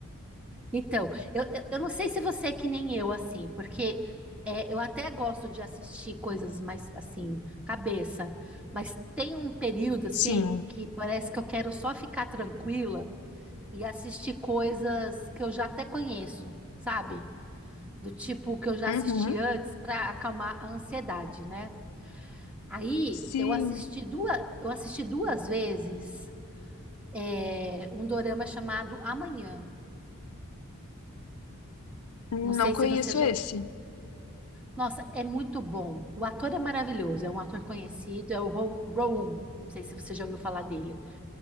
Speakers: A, in the centre; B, on the left.
A: Então, eu, eu, eu não sei se você é que nem eu, assim, porque é, eu até gosto de assistir coisas mais, assim, cabeça, mas tem um período, assim,
B: Sim.
A: que parece que eu quero só ficar tranquila e assistir coisas que eu já até conheço, sabe? Do tipo que eu já
B: Uhum.
A: assisti antes para acalmar a ansiedade, né? Aí
B: Sim.
A: eu assisti duas, eu assisti duas vezes é, um dorama chamado Amanhã.
B: Não
A: Não sei
B: conheço
A: se você já.
B: esse.
A: Nossa, é muito bom. O ator é maravilhoso, é um ator conhecido, é o Ro- Rowan. Não sei se você já ouviu falar dele.